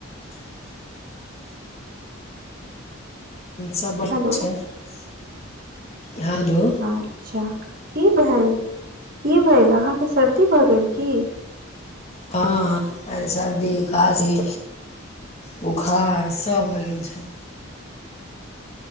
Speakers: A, on the left; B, on the right.
A: <unintelligible> सभ बढ़िआँ
B: हेलो
A: छै हेलो
B: अच्छा की भेल की भेल अहाँके सर्दी भऽ गेल की
A: हँ आ सर्दी खाँसी बुखार सभ भए गेल छै